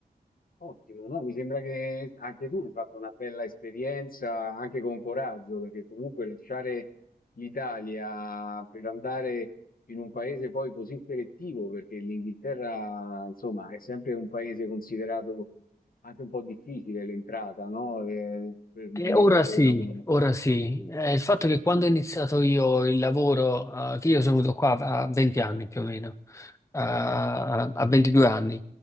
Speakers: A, on the left (about 60°); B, on the left (about 20°).
A: Ottimo, no? Mi sembra che anche tu hai fatto una bella esperienza, anche con coraggio, perché comunque lasciare l'Italia per andare in un paese poi così selettivo, perché l'Inghilterra, insomma, è sempre un paese considerato anche un po' difficile l'entrata, no? Eh, per- nel
B: Eh, ora
A: mondo
B: sì,
A: del lavoro.
B: ora sì. Eh, il fatto che quando ho iniziato io il lavoro, eh, che io sono venuto qua a 20 anni più o meno, eh, a, a 22 anni,